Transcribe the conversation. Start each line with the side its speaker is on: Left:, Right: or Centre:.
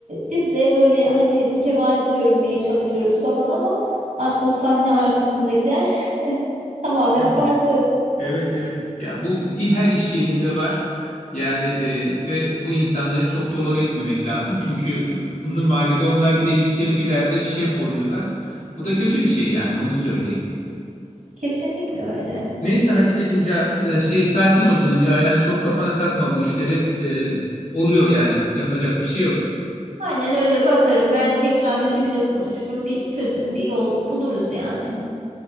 Right: biz de böyle hani mütevazi görünmeye çalışıyoruz falan ama aslında sahne arkasındakiler <laughs> tamamen
Left: Evet,
Right: farklı.
Left: evet, evet. Ya bu i- her iş yerinde var. Yani e, ve bu insanları çok tolere etmemek lazım. Çünkü e, uzun vadede onlar bir de yükselip ileride şef oluyorlar. Bu da kötü bir şey yani onu söyleyeyim.
Right: Kesinlikle öyle.
Left: Neyse Haticeciğim ca- e, şey sakin ol canım ya yani çok kafana takma bu işleri. E, oluyor yani yapacak bir şey yok.
Right: Aynen öyle bakarım. Ben tekrar müdürle konuşurum. Bir çözüm, bir yol buluruz yani.